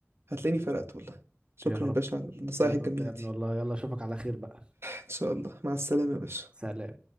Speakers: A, on the right; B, on the right.
A: هتلاقيني فرقت والله شكرا
B: يا رب
A: يا باشا على النصايح
B: يا رب
A: الجميلة
B: يا ابني
A: دي
B: والله يلا اشوفك على خير بقى
A: ان شاء الله مع السلامة يا باشا
B: سلام